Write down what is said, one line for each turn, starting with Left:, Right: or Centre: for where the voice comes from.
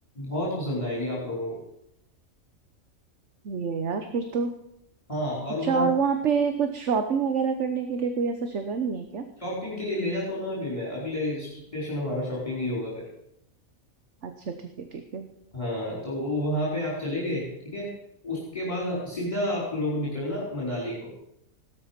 Left: बहुत पसंद आएगी आप लोगों को
Right: ये यार फिर तो
Left: हाँ और
Right: अच्छा
Left: वहां
Right: और
Left: से
Right: वहाँ पे कुछ शॉपिंग वगैरह करने के लिए कोई ऐसा जगह नहीं है क्या
Left: शॉपिंग के लिए ले जाता हूँ ना अभी मैं अगले स्टेशन हमारा शॉपिंग ही होगा फिर
Right: अच्छा ठीक है ठीक है
Left: हाँ तो वो वहां पे आप चले गए ठीक है उसके बाद सीधा आप लोग निकलना मनाली को